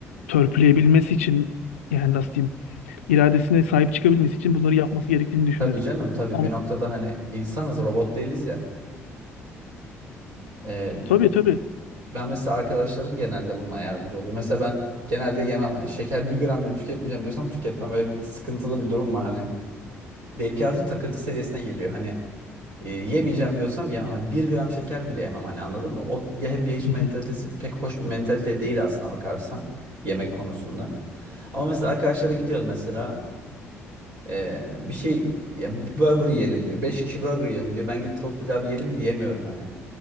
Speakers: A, on the left; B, on the right.
A: törpüleyebilmesi için yani nasıl diyeyim iradesine sahip çıkabilmesi için bunları yapması gerektiğini düşünüyorum.
B: Tabii canım tabii
A: Ama
B: bir noktada hani insanız robot değiliz ya. Ee,
A: Tabii tabii.
B: ben mesela arkadaşlarım genelde bununla yardımcı oluyor. Mesela ben genelde yemem hani şeker bir gram bile tüketmeyeceğim diyorsam tüketmem. Böyle bir sıkıntılı bir durum var hani. Benimki artık takıntı seviyesine geliyor. Hani e, yemeyeceğim diyorsam ya hani bir gram şeker bile yemem hani anladın mı? O ya hep ya hiç
A: Hı hı.
B: mentalitesi pek hoş bir mentalite değil aslına bakarsan yemek konusunda. Ama mesela arkadaşlara gidiyoruz mesela e, bir şey ya bir burger yiyelim diyor. Beş kişi burger yiyelim diyor. Ben gidip tavuk pilav yiyelim diyemiyorum hani.